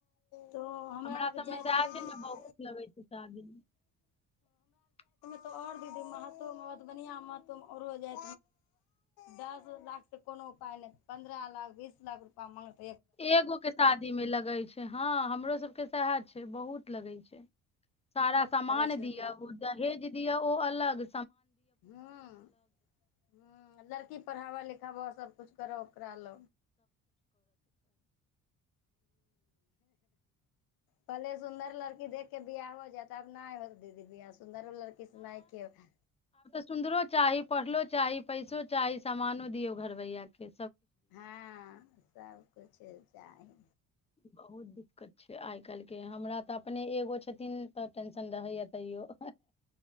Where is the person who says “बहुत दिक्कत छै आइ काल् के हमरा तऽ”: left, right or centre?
Left